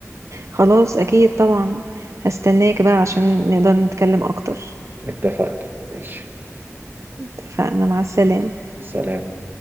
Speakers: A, on the right (about 65°); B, on the right (about 40°).
A: خلاص أكيد طبعا هستناك بقى عشان نقدر نتكلم أكتر
B: اتفقنا ماشي
A: اتفقنا مع السلامة
B: سلام